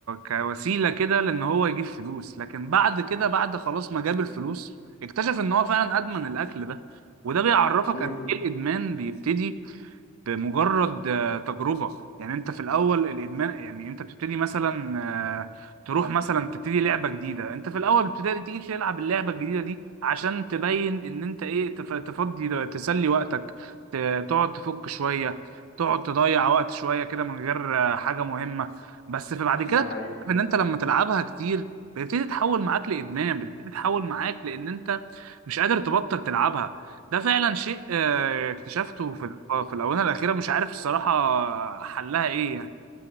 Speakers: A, on the right (about 80°); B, on the left (about 50°).
A: كوسيلة كده لان هو يجيب فلوس لكن بعد كده بعد خلاص ما جاب الفلوس اكتشف ان هو فعلا ادمن الاكل ده وده بيعرفك
B: امم
A: قد ايه الادمان بيبتدي بمجرد آه، تجربة يعني انت في الاول الادمان يعني انت بتبتدي مثلا آه، تروح مثلا تبتدي لعبة جديدة انت في الاول بتبتدي تيجي تلعب اللعبة الجديدة دي عشان تبين ان انت ايه تف- تفضي تسلي وقتك ت- تقعد تفك شوية تقعد تضيع وقت شوية كده من غير آه، حاجة مهمة بس في بعد كده
B: ده
A: بتكتشف
B: حقيقي
A: ان انت لما تلعبها كتير بتبتدي تتحول معاك لادمان بتبتدي تتحول معاك لان انت مش قادر تبطل تلعبها ده فعلا شيء آه، اكتشفته في آه، في الآونة الأخيرة مش عارف الصراحة حلها إيه يعني